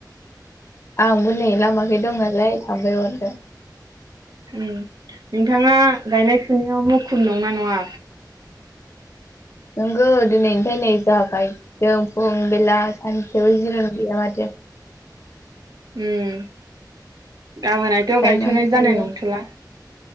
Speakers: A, on the left; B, on the right.
A: आंबो नै लामाखै दं नालाय थामबाय हरदों।
B: उम नोंथाङा गायनाय फुनायाव मुखुब नंना नङा
A: नंगौ दिनैनिफ्राय नै जाबाय जों फुं बेला सानसेयावबो जिरन गैया माथो।
B: उम गाबोनथ'
A: गायनांबाय
B: गायथ'नाय
A: थायो
B: जानाय नंथ'ला।